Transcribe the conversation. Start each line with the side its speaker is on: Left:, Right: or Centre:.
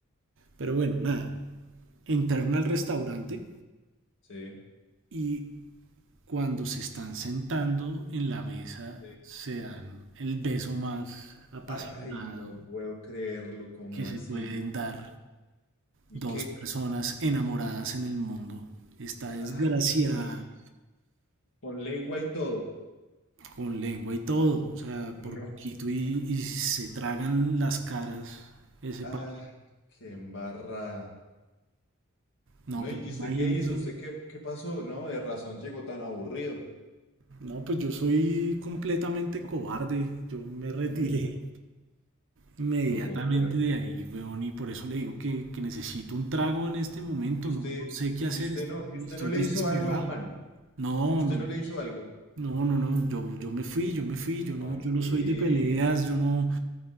Right: pero bueno, nada. Entraron al restaurante
Left: sí,
Right: y cuando se están sentando en la mesa
Left: sí.
Right: se dan el beso más apasionado
Left: Ay, no puedo creerlo, ¿cómo
Right: que se
Left: así?
Right: pueden dar
Left: ¿Y
Right: Dos
Left: qué?
Right: personas enamoradas en el mundo. Está desgraciada
Left: Ay, con lengua y todo.
Right: con lengua y todo. O sea,
Left: No.
Right: por poquito y, y se tragan las caras ese
Left: Ah,
Right: par.
Left: qué embarrada.
Right: No,
Left: No,
Right: pues
Left: ¿y y
Right: imagínense.
Left: usted qué hizo? ¿Usted qué, qué pasó? No, de razón llegó tan aburrido.
Right: No, pues yo soy completamente cobarde. Yo me retiré
Left: Mm,
Right: inmediatamente
Left: no puedo creerlo.
Right: de ahí, weón. Y por eso le digo que, que necesito un trago en este momento.
Left: ¿Y usted,
Right: No, no sé qué hacer.
Left: y usted
Right: Estoy,
Left: no, y usted
Right: estoy
Left: no le
Right: desesperado.
Left: hizo algo al man?
Right: No,
Left: ¿Usted
Right: no,
Left: no le hizo algo?
Right: No, no, no, yo, yo me fui, yo me fui,
Left: ¿Cómo
Right: yo no,
Left: así?
Right: yo no soy de peleas, yo no,